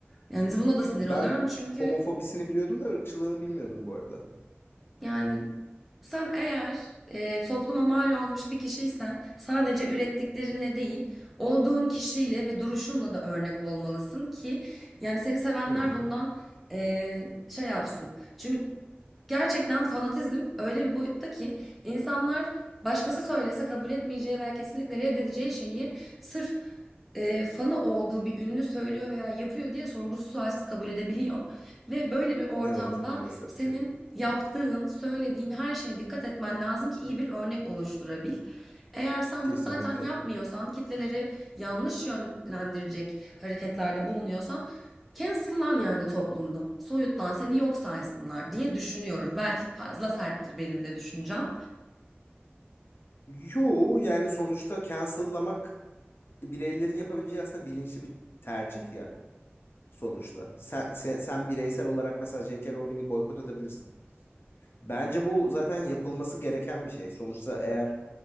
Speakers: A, in the centre; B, on the left (about 65°).
A: Yani buna da sinir
B: Ben
A: oluyorum çünkü
B: homofobisini biliyordum da ırkçılığını bilmiyordum bu arada.
A: Yani sen eğer e, topluma mal olmuş bir kişiysen sadece ürettiklerinle değil, olduğun kişiyle ve duruşunla da örnek olmalısın ki yani seni sevenler
B: Hı hı.
A: bundan e, şey yapsın. Çünkü Gerçekten fanatizm öyle bir boyutta ki insanlar başkası söylese kabul etmeyeceği veya kesinlikle reddedeceği şeyi sırf e, fanı olduğu bir ünlü söylüyor veya yapıyor diye sorgusuz sualsiz kabul edebiliyor. Ve böyle bir ortamda
B: Evet maalesef
A: senin
B: ki.
A: yaptığın, söylediğin her şeye dikkat etmen lazım ki iyi bir örnek oluşturabil. Eğer sen
B: Kesinlikle.
A: bunu zaten yapmıyorsan, kitleleri yanlış yönlendirecek hareketlerde bulunuyorsan Cancel'lan yani toplumdan. Soyutlan, seni yok saysınlar diye düşünüyorum. Belki fazla serttir benim de düşüncem.
B: Yo yani sonuçta cancel'lamak bireylerin yapabileceği aslında bilinçli bir tercih ya sonuçta. Sen, sen, sen bireysel olarak mesela J.K. Rowling'i boykot edebilirsin. Bence bu zaten yapılması gereken bir şey. Sonuçta eğer